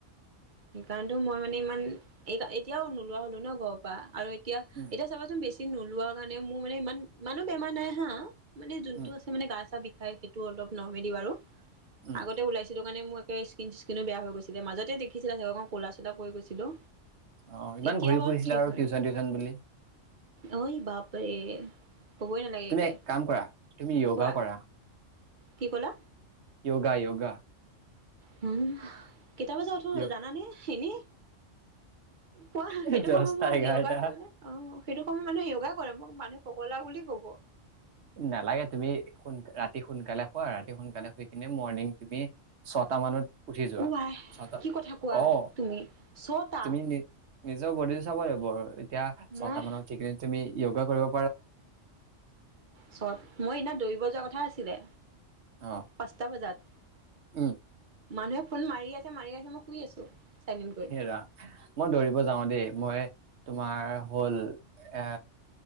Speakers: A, on the right; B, on the right.
A: সেইকাৰণটো মই মানে ইমান এইতা-এতিয়াও নোলোৱা হ'লো ন ঘৰৰ পৰা। আৰু এতিয়া,
B: উম,
A: এতিয়া চাবাচোন বেছি নোলোৱা কাৰণে মোৰ মানে ইমান, ইমানো বেমাৰ নাই হা। মানে যোনতটো
B: উম,
A: আছে মানে গা-চা বি খাই সেইটো অলপ নৰ্মেলি বাৰু
B: উম,
A: আগতে ওলাইছিলো মানে মোৰ একে স্কিন-স্কিনো বেয়া গৈছিলে, মাজতে দেখি <unintelligible> অকণ ক'লা-চ'লা পৰি গৈছিল অ।
B: অ' ইমান
A: এতিয়া
B: ঘূৰি
A: বাৰু
B: ফুৰিছিলা
A: ঠিক
B: আৰু
A: হয়,
B: টিউচন টিউচন বুলি
A: ঐ বাপৰে <unintelligible>
B: তুমি
A: একে
B: এক কাম কৰা, তুমি যোগা
A: কোৱা
B: কৰা।
A: কি কলা।
B: যোগা যোগা
A: <unintelligible> কেইটা বজাত
B: য়োগা
A: উঠো জানানে, এনে। কোৱা
B: দহটা
A: সেইটো সময়ত মোক
B: এঘাৰটা
A: যোগা কৰিলে, অ। সেইটো সময় মানুহে যোগা কৰে, মোক মানুহে পগলা বুলি ক'ব
B: নালাগে তুমি সোনকা-ৰাতি ৰাতি সোনকালে শুৱা, ৰাতি সোনকালে শুই কিনি মৰ্নিং তুমি ছটা মানত উঠি যোৱা
A: উ আই,
B: ছটা
A: কি কথা কোৱা
B: অ
A: তুমি ছটা
B: তুমি নি নিজৰ বডি চাব লাগিব এট এতিয়া, ছটা
A: মই
B: মানত উঠি কিনি তুমি য়োগা কৰিব
A: চত, মই সিদিনা দৌৰিব যোৱা কথাই আছিলে।
B: অ
A: পাঁচটা বজাত।
B: উম।
A: মানুহে ফোন মাৰি আছে মাৰি আছে মই শুই আছো। চাইলেণ্ট কৰি
B: হেৰা, মই দৌৰিব যাও দেই মই তোমাৰ হ'ল এ,